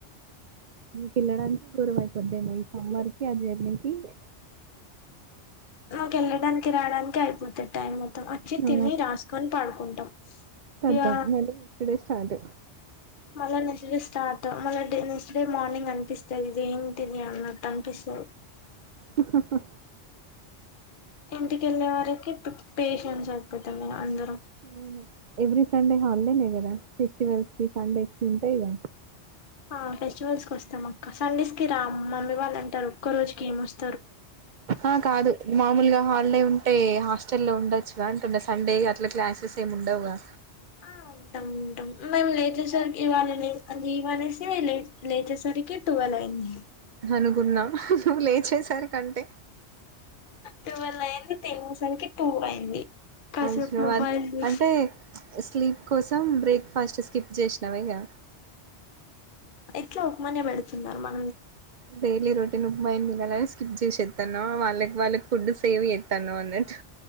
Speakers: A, on the right; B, on the left.
A: మెకెల్లడానికి గొడవైతది వద్దే అమ్మో ఈ సమ్మర్ కీ ఆ జర్నీ కీ
B: నాకు వెళ్ళడానికి రావడానికి అయిపోతది టైమ్ వచ్చి
A: ఆ!
B: తిని రాసుకొని పడుకుంటాం
A: ఖతం
B: ఇకా
A: మళ్ళీ నెక్స్ట్ డే స్టార్ట్.
B: మళ్ళ నెక్స్ట్ డే స్టార్ట్ మళ్ళ నెక్స్ట్ డే మార్నింగ్ అనిపిస్తది ఇది ఏంటిది అన్నట్టు అనిపిస్తది
A: హా హా హా
B: ఇంటికెళ్ళే వరకి పేషెన్స్ ఇపోతం ఇగ అందరం
A: అవును ఎవ్రీ సండే హాలిడేనే గదా ఫెస్టివల్స్ కి సండేస్కి ఉంటయి కదా
B: ఆ ఫెస్టివల్స్కీ వస్తాం అక్క సండేస్ కి రాం మమ్మీ వాళ్ళు అంటారు ఒక్క రోజుకి ఏమొస్
A: ఆ కాదు మామూలుగా హాలిడే ఉంటే హాస్టల్ లో ఉంట్ ఉండొచ్చుగా అంటుంనా సండే ఎట్ల క్లాసెస్ ఉండవిగా
B: ఆ ఉంటాం ఉంటాం మేము లేచేసరికి ఇవ్వాల అ ఇవ్వనేసి లే లేచేసరికి టువల్ అయింది
A: అనుకున్నా నువ్వు లే చేసారికీ అంటే
B: టూవెల్ అయింది తిని సరికి టూ అయింది కాసేపు
A: అయ్యో
B: మొబైల్ చూసి
A: అంటే స్లీప్ కోసం బ్రేక్ఫాస్ట్ స్కిప్ చేసినవ ఇక
B: ఎట్ల ఉప్మానే పెడుతున్నారు మాక్
A: డైలీ రోటీన్ ఉప్పుమాయి స్కిప్ చేసేస్తానవా వాళ్ళకి వాళ్ళకి ఫుడ్ సేవ్ చేస్తానవ్ అన్నట్టు